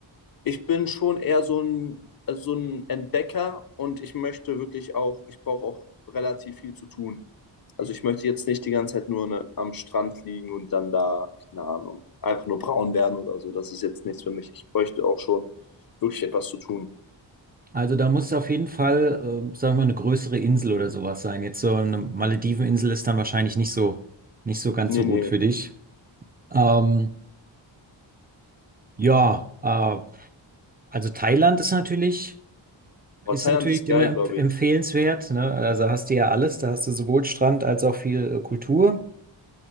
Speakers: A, on the left; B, on the right.
A: Ich bin schon eher so ein äh, so ein Entdecker und ich möchte wirklich auch ich brauche auch relativ viel zu tun. Also, ich möchte jetzt nicht die ganze Zeit nur, ne, am Strand liegen und dann da, keine Ahnung, einfach nur braun werden oder so. Das ist jetzt nichts für mich. Ich bräuchte auch schon wirklich etwas zu tun.
B: Also da muss auf jeden Fall, ähm, sagen wir mal, eine größere Insel oder sowas sein. Jetzt so eine Malediveninsel ist dann wahrscheinlich nicht so, nicht so ganz
A: Ne,
B: so gut
A: ne.
B: für dich. Ähm, ja, äh, also Thailand ist natürlich.
A: Boah,
B: Ist
A: Thailand
B: natürlich
A: ist
B: immer
A: geil, glaube
B: empf- empfehlenswert,
A: ich.
B: ne? Also hast du ja alles, da hast du sowohl Strand als auch viel äh, Kultur.